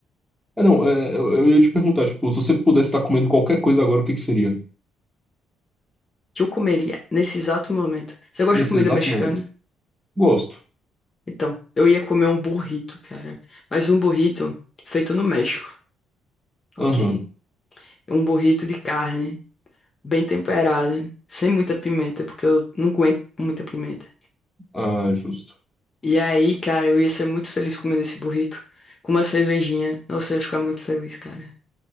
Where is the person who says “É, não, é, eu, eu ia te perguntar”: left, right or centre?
Centre